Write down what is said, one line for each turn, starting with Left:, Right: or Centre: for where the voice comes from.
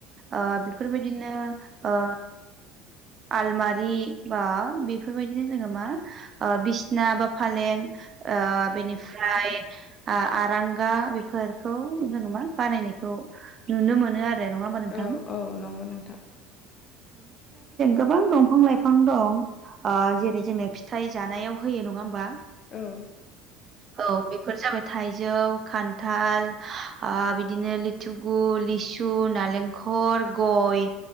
Right: ओ बेफोरबायदिनो ओ आलमारि बा बेफोरबायदिनो जोङो मा ओ बिसना बा फालें ओ बेनिफ्राय आ-आरांगा बेफोरखौ जोङो मा बानायनायखौ नुनो मोनो आरो। रो नङा होमबा नोंथां?
Left: औ औ नंगौ नोंथां
Right: गोबां दंफां लाइफां दं ओ जेरै जोंनो फिथाइ जानायाव होयो नङा होमबा?
Left: औ
Right: औ बेफोर जाबाय थाइजौ खान्थाल ओ बिदिनो लि थुगु, लिसु, नालेंखर, गय